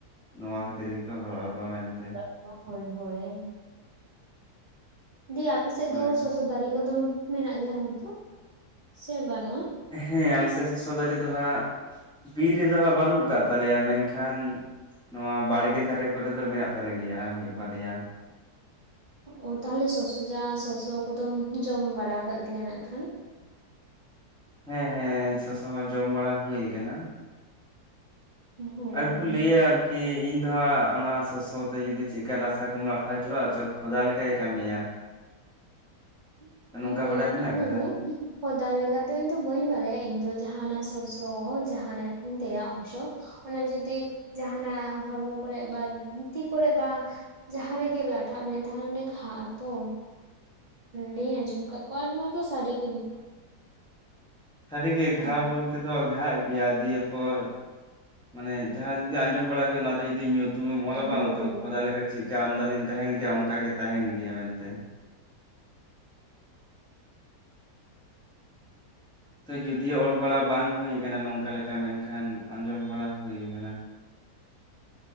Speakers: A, in the centre; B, on the right.
A: ᱱᱚᱣᱟ ᱠᱷᱟᱹᱛᱤᱨ ᱜᱮᱠᱚ ᱦᱚᱨᱚᱜ ᱟᱠᱚᱣᱟ ᱢᱮᱱᱫᱟ
B: <unintelligible> ᱦᱳᱭ ᱦᱳᱭ ᱫᱤᱭᱮ ᱟᱯᱮ ᱥᱮᱫ
A: ᱦᱳᱭ
B: ᱫᱚ ᱥᱚᱥᱚ ᱫᱟᱨᱮ ᱠᱚᱫᱚ ᱢᱮᱱᱟᱜ ᱜᱮᱭᱟ ᱦᱳᱭᱛᱚ ᱥᱮ ᱵᱟᱹᱱᱩᱜᱼᱟ?
A: ᱦᱮᱸ ᱟᱞᱮ ᱥᱮᱫ ᱥᱚᱥᱚ ᱫᱟᱨᱮ ᱫᱚ ᱦᱟᱸᱜ ᱵᱤᱨ ᱨᱮᱫᱚ ᱦᱟᱸᱜ ᱵᱟᱹᱱᱩᱜ ᱟᱠᱟᱫ ᱛᱟᱞᱮᱭᱟ ᱢᱮᱱᱠᱷᱟᱱ ᱱᱚᱣᱟ ᱵᱟᱲᱜᱮ ᱫᱷᱟᱨᱮ ᱠᱚᱨᱮ ᱫᱚ ᱢᱮᱱᱟᱜ ᱛᱟᱞᱮ ᱜᱮᱭᱟ ᱢᱤᱫ ᱵᱟᱨᱭᱟ᱾
B: ᱚ ᱛᱟᱦᱚᱞᱮ ᱥᱚᱥᱚ ᱡᱟᱝ ᱥᱚᱥᱚ ᱠᱚᱫᱚᱢ ᱡᱚᱢ ᱵᱟᱲᱟ ᱟᱠᱟᱜ ᱜᱮᱭᱟ ᱱᱟᱜ ᱠᱷᱟᱱ?
A: ᱦᱮᱸ ᱦᱮᱸ ᱥᱚᱥᱚ ᱦᱚᱸ ᱡᱚᱢ ᱵᱟᱲᱟ ᱦᱩᱭᱩ ᱟᱠᱟᱱᱟ᱾
B: ᱦᱮᱸ
A: ᱟᱨ ᱠᱚ ᱞᱟᱹᱭᱟ ᱟᱨᱠ ᱠᱤ ᱤᱧ ᱫᱚ ᱦᱟᱸᱜ ᱚᱱᱟ ᱥᱚᱥᱚ ᱛᱮ ᱡᱩᱫᱤ ᱪᱮᱫᱠᱟ ᱨᱟᱥᱟ ᱠᱚᱢ ᱞᱟᱴᱷᱟ ᱦᱚᱪᱚᱼᱟ ᱪᱚ ᱠᱷᱚᱫᱟ ᱞᱮᱠᱟᱭ ᱠᱟᱹᱢᱤᱭᱟ᱾
B: <unintelligible>
A: ᱱᱚᱝᱠᱟ ᱵᱟᱰᱟᱭ ᱢᱮᱱᱟᱜ
B: ᱦᱩᱸ
A: ᱟᱠᱟᱫᱟ
B: ᱠᱷᱚᱫᱟ ᱞᱮᱠᱟ ᱫᱚ ᱤᱧ ᱫᱚ ᱵᱟᱹᱧ ᱵᱟᱲᱟᱭᱟ ᱤᱧ ᱫᱚ ᱡᱟᱦᱟᱸ ᱥᱚᱲᱥᱚ ᱡᱟᱦᱟᱸ ᱮᱱᱮ ᱦᱮᱱᱫᱮᱭᱟᱜ ᱚᱝᱥᱚ ᱚᱱᱟ ᱡᱩᱫᱤ ᱡᱟᱦᱟᱱᱟᱜ ᱦᱚᱲᱢᱚ ᱠᱚᱨᱮ ᱵᱟ ᱛᱤ ᱠᱚᱨᱮ ᱵᱟ ᱡᱟᱦᱟᱸ ᱨᱮᱜᱮ ᱞᱟᱴᱷᱟᱜ ᱢᱮᱭᱟ ᱛᱟᱦᱚᱞᱮ ᱚᱸᱰᱮ ᱜᱷᱟᱜ ᱟ ᱛᱚ᱾ ᱞᱟᱹᱭ ᱟᱸᱡᱚᱢ ᱠᱟᱜ ᱠᱚᱣᱟ ᱱᱚᱣᱟ ᱫᱚ ᱥᱟᱹᱨᱤ ᱜᱮ
A: ᱥᱟᱹᱨᱤ ᱜᱮ ᱜᱷᱟ
B: ᱦᱮᱸ
A: ᱵᱚᱞ ᱛᱮᱫᱚ ᱜᱷᱟᱜ ᱜᱮᱭᱟ ᱫᱤᱭᱮ ᱯᱚᱨ ᱢᱟᱱᱮ ᱡᱟᱦᱟᱸ ᱡᱩᱫᱤ ᱟᱸᱡᱚᱢ ᱵᱟᱲᱟ ᱠᱚᱜ ᱚᱱᱟ ᱫᱚ ᱫᱤ ᱧᱩᱛᱩᱢ ᱚᱞᱟ
B: ᱦᱳᱭ
A: ᱵᱟᱝ ᱛᱚ ᱠᱷᱚᱫᱟ ᱞᱮᱠᱟ ᱪᱮᱫ ᱠᱟ ᱟᱢᱫᱟ ᱫᱤᱱ ᱛᱟᱦᱮᱱ ᱜᱮᱭᱟ ᱚᱱᱠᱟ ᱜᱮ ᱛᱟᱦᱮᱱ ᱜᱮᱭᱟ ᱢᱮᱱᱛᱮ᱾ ᱛᱚ ᱡᱩᱫᱤᱭᱳ ᱚᱞ ᱵᱟᱲᱟ ᱵᱟᱝ ᱦᱩᱭ ᱟᱠᱟᱱᱟ ᱱᱚᱝᱠᱟ ᱞᱮᱠᱟ ᱢᱮᱱᱠᱷᱟᱱ ᱟᱸᱡᱚᱢ ᱵᱟᱲᱟ ᱦᱩᱭᱩ ᱟᱠᱟᱱᱟ᱾